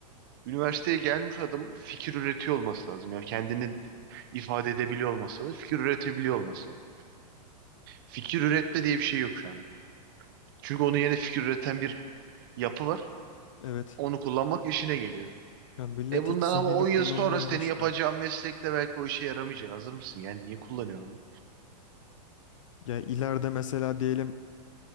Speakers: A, on the right (about 30°); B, on the left (about 50°).
A: Üniversiteye gelmiş adamın fikir üretiyor olması lazım. Yani kendini ifade edebiliyor olması lazım. Fikir üretebiliyor olması lazım. Fikir üretme diye bir şey yok şu anda. yani. Çünkü onun yeni fikir üreten bir yapı var.
B: Evet.
A: Onu kullanmak işine geliyor.
B: Yani millet
A: E bundan
B: hiç zihnini
A: ama 10 yıl
B: kullanmaya
A: sonra
B: yanaşmıyor.
A: senin yapacağın meslekte belki o işe yaramayacak. Hazır mısın? Yani niye kullanıyorum?
B: Ya ileride mesela diyelim